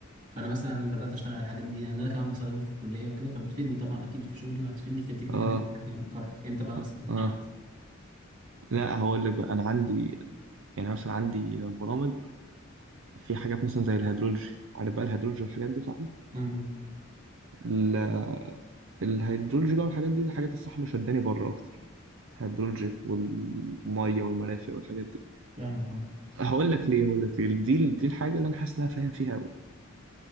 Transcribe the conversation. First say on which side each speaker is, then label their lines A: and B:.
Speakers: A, on the right (about 40°); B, on the right (about 65°).
A: فانا مثلا بدات اشتغل على الحاجات دي لان انا كمان بستخدمها في الكليه وكده فبتفيدني طبعا اكيد في شغلي وهتفيدني في التكنيكاليتي
B: اه
A: بتاعتي لما اتخرج انت بقى
B: اه
A: مثلا نعم
B: آه. لا هقول لك بقى انا عندي يعني مثلا عندي برامج في حاجات مثلا زي الهيدرولوجي عارف بقى الهيدرولوجي والحاجات دي صح
A: امم
B: ال- الهيدرولوجي بقى والحاجات دي الحاجات الصح اللي شداني بره اكتر الهيدرولوجي والميه والمرافق والحاجات دي
A: فاهمك
B: هقول لك ليه هقول لك ليه دي دي الحاجه اللي انا حاسس ان انا فاهم فيها قوي